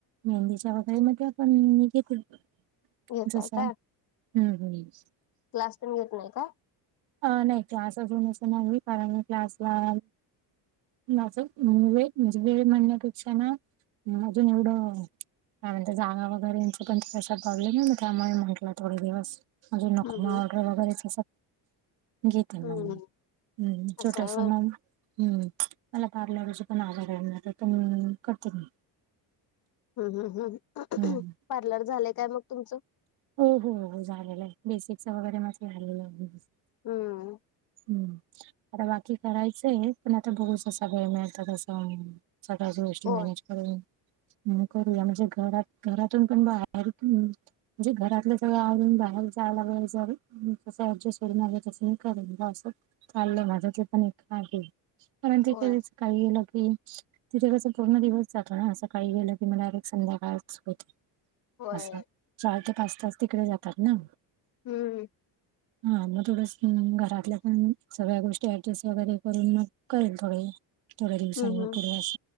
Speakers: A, on the right; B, on the left.
A: मेहंदीच्या वगैरे म ते पण मी घेते.
B: घेताय
A: जसा
B: काय
A: हम्म, हम्म!
B: क्लास पण घेत नाही का?
A: अ नाही क्लास अजून असं नाही कारण मी क्लासला माझं मन वे म्हणजे वेळ म्हणण्यापेक्षा ना अजून एवढंऔ कानंतर जागा वगैरे यांचे पण प्रशर पडले ना ना त्यामुळे म्हटला थोडे दिवस‌. अजून नको
B: हम्म
A: मा ऑर्डर वगैरेच अस घेत म
B: हम्म
A: मी
B: हम्म
A: हम्म छोटास
B: असं आहे होय
A: म हम्म मला पार्लरची पण आवड आहे म तर पण करते मी.
B: होम, हम, हम!
A: हम्म!
B: पार्लर झालंय काय मग तुमचं?
A: हो हो हो झालेलं आहे बेसिकच वगैरे म आलेलं आहे.
B: हम्म
A: हम्म! आता बाकी करायचं आहे, पण आता बघुस सगळे मिळतातसं सगळ्याच गोष्टी
B: होय
A: मॅनेज हो करूया म्हणजे घरात घरातून पण बाहेर म्हणजे घरातलं सगळं आवरून बाहेर जायला सग तस ऍडजेस्ट होन आलं तस म करल असं चाललंय माझं ते पण एक आहे. कारण त
B: होय
A: कधीचं काही लंकी. तिथे त्याचा पूर्ण दिवस जातो ना, असं काही गेलं की मला डयरेक्ट संध्याकाळच होते.
B: होय
A: असं
B: होय.
A: चार ते पाच तास तिकडे जातात ना.
B: हूं!
A: हा म थोडस घरातल्या, पण सगळ्या गोष्टी ऍडजस्ट वगैरे करून मग करेल थोडे थोड्या दिवसांनी
B: हम्म
A: पुढे, अस